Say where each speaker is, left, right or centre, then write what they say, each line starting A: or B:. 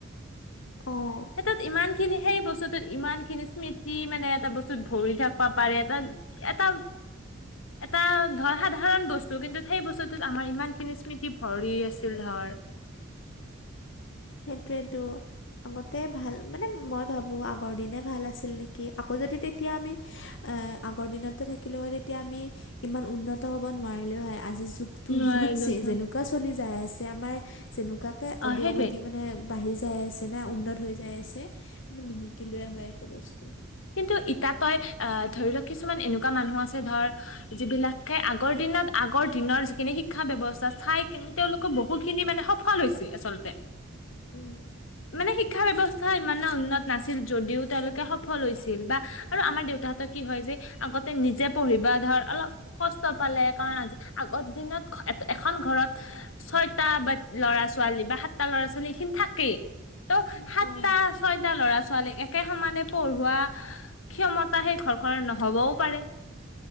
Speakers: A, on the left; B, on the left.
A: অ'।
B: হেটোত ইমান খিনি সেই বস্তুত ইমান খিনি স্মৃতি মানে এটা বস্তুত ভৰি থাকিবা পাৰে এটা এটা এটা ধৰ সাধাৰণ বস্তু কিন্তু সেই বস্তুটোত আমাৰ ইমান খিনি স্মৃতি ভৰি আছিল ধৰ।
A: সেইটোৱেতো। আগতে ভাল মানে মই ভাবোঁ আগৰ দিনে ভাল আছিল নেকি, আকৌ যদি তেতিয়া আমি আগৰ দিনতে থাকিলেও হয় তেতিয়া আমি ইমান উন্নত হ'ব নোৱাৰিলেও হয় আজিৰ যুগ টো
B: নোৱাৰিলো
A: যুগ
B: হয়
A: যেনেকুৱা চলি যাই আছে আমাৰ তেনেকুৱাকে
B: অ
A: অগ্ৰগতি
B: সেইটোৱে
A: মানে বাঢ়ি যায় আছে না উন্নত হৈ যাই আছে, আমি নিশিকিলে হয় একো বস্তু।
B: কিন্তু ইতাত তই আহ ধৰি লওক কিছুমান এনেকুৱা মানুহ আছে ধৰ যিবিলাকে আগৰ দিনত আগৰ দিনৰ যিখিনি শিক্ষা ব্যৱস্থা চাই কি তেওঁলোক কো বহুখিনি মানে সফল হৈছে আচলতে।
A: উম,
B: মানে শিক্ষা ব্যৱস্থা ইমানে উন্নত নাছিল যদিও তেওঁলোকে স স হৈছিল বা আৰু আমাৰ দেউতাহঁৰ কি হয় যে আগতে নিজে পঢ়িব ধৰ অলপ কষ্ট পালে কাৰণ আজি আগৰ দিনত এ-এখন ঘৰত ছয়টা বা ল'ৰা ছোৱালী বা সাতটা ল'ৰা ছোৱালী এইখিনি থাকেই। ত' সাতটা
A: অঁ
B: ছয়টা ল'ৰা ছোৱালীক একে সমানে পঢ়োৱা ক্ষমতা সেই ঘৰখনৰ নহবও পাৰে।